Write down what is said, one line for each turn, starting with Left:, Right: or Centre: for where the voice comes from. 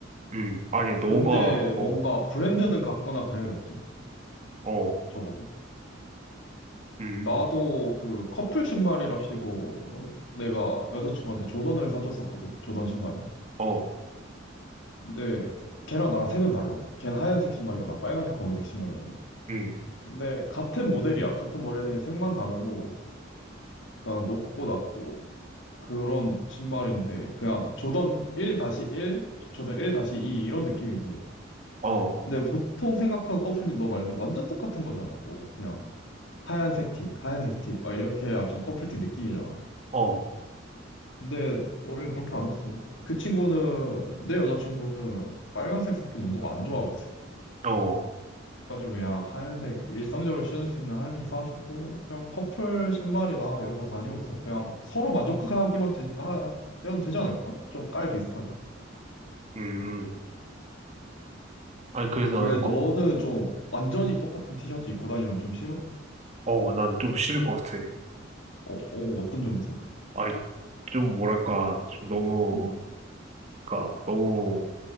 Right: 음, 아니, 너가,
Left: 근데
Right: 어,
Left: 뭔가 브랜드는 같거나 그래야겠지?
Right: 어,
Left: 적어도.
Right: 음,
Left: 나도 그 커플 신발이랍시고 어, 내가 여자친구한테 조던을 사줬었거든. 조던 신발을.
Right: 어,
Left: 근데 걔랑 나랑 색은 달라. 걔는 하얀색 신발이고 난 빨간색 검은색 신발이거든.
Right: 음,
Left: 근데 같은 모델이야. 같은 모델는 색만 다르고 그냥 높고 낮고 그런 신발인데 그냥 조던 1-1, 조던 1-2 이런 느낌이지.
Right: 어,
Left: 근데 보통 생각하는 커플티 너 말대로 완전 똑같은 거잖아. 뭐 그냥 하얀색 티, 하얀색 티 막 이렇게 해야 좀 커플티 느낌이잖아.
Right: 어,
Left: 근데 우린 그렇게 안 했어. 그 친구는 내 여자친구는 빨간색 섞인 운동 안 좋아.
Right: 어,
Left: 그래가지고 그냥 하얀색 일상적으로 신을 수 있는 하얀색 사주고 그냥 커플 신발이다 이러고 다니고 있어. 그냥 서로 만족하기만 되, 아, 하면 되지 않을까? 좀 깔 비슷하게.
Right: 음. 아니, 그래서
Left: 왜
Right: 나는,
Left: 너는
Right: 거,
Left: 좀 완전히 똑같은 티셔츠 입고 다니는 건 좀 싫어?
Right: 어, 난 좀 싫을 것 같아.
Left: 어, 어, 어떤 점에서?
Right: 아니, 좀 뭐랄까, 좀 너무,
Left: 음.
Right: 그니까, 너무